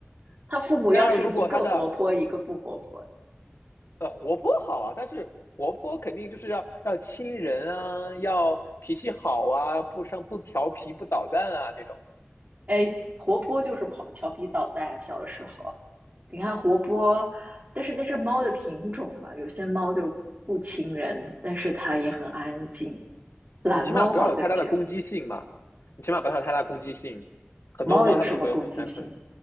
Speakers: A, on the right; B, on the left.
A: 他父母要是一个活泼，
B: 那要如果它的
A: 一个不活泼的，
B: 呃活泼好啊，但是活泼肯定就是要要亲人啊，要脾气好啊，不生不调皮不捣蛋啊这种，
A: 哎，活泼就是跑调皮捣蛋。小的时候，你看活泼，但是那是猫的品种嘛，有些猫就不亲人，但是它也很安静。懒猫好像这样，
B: 你起码不要有太大的攻击性嘛，你起码不要有太大攻击性。很多猫它们会有很很很
A: 猫有什么攻击性？